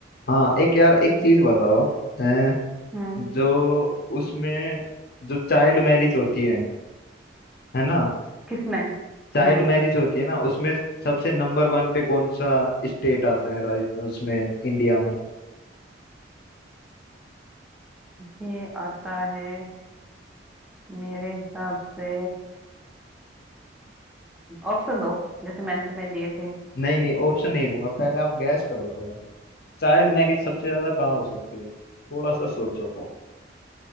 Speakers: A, on the left; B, in the centre.
A: हाँ एक यार एक
B: हम्म
A: चीज बताओ अ,
B: हम्म
A: जो उसमें जो चाइल्ड मैरिज होती है है ना
B: किसमें हम्म
A: चाइल्ड मैरिज होती है ना उसमें सबसे नंबर वन पे कौन सा स्टेट आता है राज- उसमें इंडिया में
B: ये आता है मेरे हिसाब से ऑप्शन दो जैसे मैंने तुम्हें दिए थे
A: नहीं नहीं ऑप्शन नहीं दूंगा पहले आप गैस करो थोड़ा। चाइल्ड मैरिज सबसे ज्यादा कहाँ हो सकती है थोड़ा सा सोचो